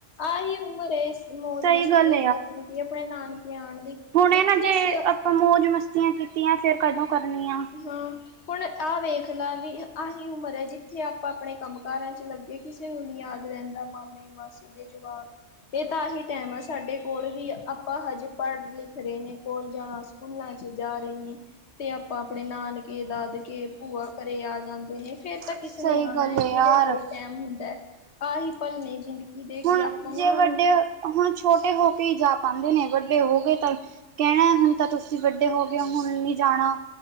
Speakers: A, on the left (about 65°); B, on the right (about 60°).
A: ਆਹੀ ਉਮਰ ਐ ਮੌਜ
B: ਸਹੀ
A: ਮਸਤੀਆਂ
B: ਗੱਲ
A: ਕਰਨ। ਵੀ ਆਪਣੇ ਨਾਨਕੇ ਆਉਣ ਦੀ।
B: ਹੁਣੇ
A: ਜਿੱਥੇ
B: ਨਾ ਜੇ
A: ਅਸੀਂ
B: ਆਪਾਂ ਮੌਜ ਮਸਤੀਆਂ ਕੀਤੀਆਂ ਫੇਰ ਕਦੋਂ ਕਰਨੀ ਆ।
A: ਹਾਂ ਹੁਣ ਆਹ ਵੇਖ ਲਾ ਵੀ ਆਹੀ ਉਮਰ ਹੈ ਜਿੱਥੇ ਆਪਾਂ ਆਪਣੇ ਕੰਮ ਕਾਰਾਂ ਚ ਲੱਗੇ। ਕਿਸੇ ਨੂੰ ਨੀ ਯਾਦ ਰਹਿੰਦਾ ਮਾਮੇ, ਮਾਸੀ ਦੇ ਜਵਾਕ ਇਹ ਤਾਂ ਆਹੀ ਟੈਮ ਆ ਸਾਡੇ। ਕੋਲ ਵੀ ਆਪਾਂ ਹਜੇ ਪੜ- ਲਿਖ ਰਹੇ ਨੇ, ਕੋਲਜਾਂ, ਸਕੂਲਾਂ 'ਚ ਜਾ ਰਹੇ ਨੇ। ਤੇ ਆਪਾਂ ਆਪਣੇ ਨਾਨਕੇ, ਦਾਦਕੇ ਭੂਆ ਘਰੇ ਆ ਜਾਂਦੇ ਨੇ ਫੇਰ ਤਾਂ ਕਿਸਨੇ
B: ਸਹੀ
A: ਆਉਣਾ
B: ਗੱਲ ਹੈ
A: ਕਿਹਦੇ
B: ਯਾਰ
A: ਕੋਲ ਟੈਮ ਹੁੰਦਾ ਆਹੀ ਪਲ ਨੇ ਜਿੰਦਗੀ ਦੇ। ਕਿ
B: ਹੁਣ
A: ਆਪਾਂ ਨਾ
B: ਜੇ ਵੱਡੇ ਹੁਣ ਛੋਟੇ ਹੋ ਕੇ ਹੀ ਜਾ ਪਾਉਦੇ ਨੇ ਵੱਡੇ ਹੋ ਗਏ ਤਾਂ। ਕਹਿਣਾ ਹੁਣ ਤਾਂ ਤੁਸੀਂ ਵੱਡੇ ਹੋ ਗਏ ਹੋ ਹੁਣ ਨਹੀਂ ਜਾਣਾ।